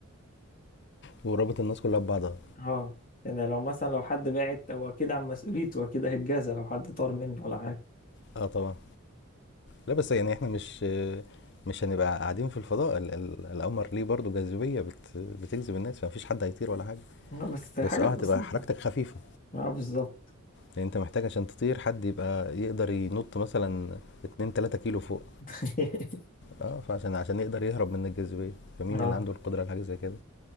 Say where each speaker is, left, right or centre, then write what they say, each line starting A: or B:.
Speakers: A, on the left; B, on the left.
A: ورابط الناس كلها ببعضها
B: اه لان لو مثلا لو حد بعت هو اكيد عن مسؤوليته اكيد هيتجازى لو حد طار منه ولا حاجه
A: اه طبعا لا بس يعني احنا مش مش هنبقى قاعدين في الفضاء ال- ال- القمر ليه برضه جاذبية بت بتجذب الناس فمفيش حد هيطير ولا حاجة
B: آه، بس حاجه
A: بس اه
B: بسيطه
A: هتبقى حركتك خفيفة
B: اه بالظبط
A: لان انت محتاج عشان تطير حد يبقى يقدر ينط مثلا 2 3 كيلو فوق
B: <laughs>
A: اه فعشان عشان يقدر يهرب من الجاذبية فمين
B: اه
A: اللي عنده القدرة على حاجة زي كده